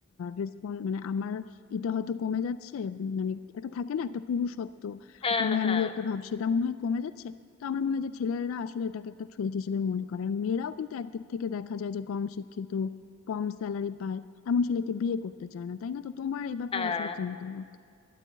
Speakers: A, on the left (about 70°); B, on the left (about 25°).
A: রেসপন্স মানে আমার এটা হয়তো কমে যাচ্ছে উম, মানে এটা থাকে না একটা পুরুষত্ব
B: হ্যাঁ
A: একটা ম্যানলি
B: হ্যাঁ
A: একটা ভাব সেটা মনে হয় কমে যাচ্ছে তো আমার মনে হয় যে ছেলেরা আসলে এটাকে একটা থ্রেট হিসেবে মনে করে আর মেয়েরাও কিন্তু একদিক থেকে দেখা যায় যে কম শিক্ষিত কম স্যালারি পায় এমন ছেলেকে বিয়ে করতে চায় না তাই না তো তোমার এই ব্যাপারে
B: হ্যাঁ
A: আসলে কি মতামত